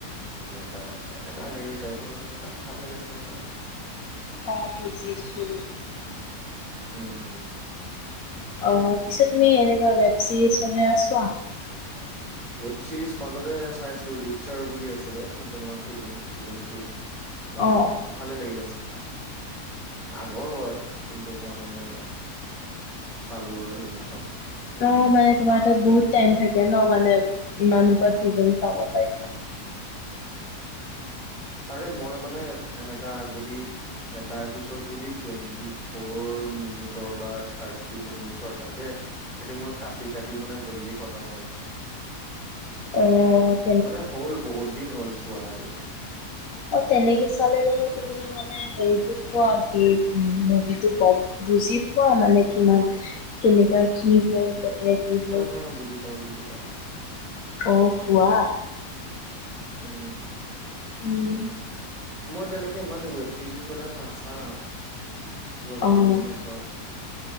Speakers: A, on the right; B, on the left.
A: এনেকা মানে, এনেকা হেৰি টাইপৰ সেইবিলাক ভাল লাগে চাই পেলাই।
B: অ', বুজিছোঁ।
A: উম, হুম।
B: অ', পিছে তুমি এনেকুৱা ৱেব চিৰিজ মানে চোৱা?
A: ৱেব ছিৰিজ মাজতে চাইছিলোঁ ৰিচাৰ বুলি আছিলে, season one, season two, season three. মানে
B: অ',
A: ভালে লাগিলে চাই। আগৰ হয়, কিন্তু মই মানে চালোঁ আৰু সেইদিনাখন।
B: অ', মানে তোমাৰ তাত বহুত টাইম থাকে ন' মানে ইমান বা চিজন চাব পাৰিছা।
A: আৰে মই মানে এনেকা যদি এটাৰ পিছত যদি টুৱেণ্টি ফ'ৰ মিনিটৰ বা থাৰ্টি মিনিটছৰ থাকে! সেইটো মোৰ কাটি, কাটি মানে জল্দি খতম হৈ যায়।
B: অ', অ'।
A: মানে হ'ল বহুত দিন হ'ল চোৱা আৰু।
B: অ', তেনেকে চালে জানো তুমি মানে হেৰিটো পোৱা, কি উম, মুভিটো গম। বুজি পোৱা মানে কিমান কেনেকা কি হ'ল? এতিয়া কি হ'ল।
A: হা হা বুজি পাওঁ বুজি পাওঁ
B: অ', পোৱা।
A: উম।
B: উম।
A: মই তেনেকে ইমান ৱেব ছিৰিজবিলাক নাচাওঁ, ৱেব
B: অ'।
A: চিৰিজ নাচাওঁ।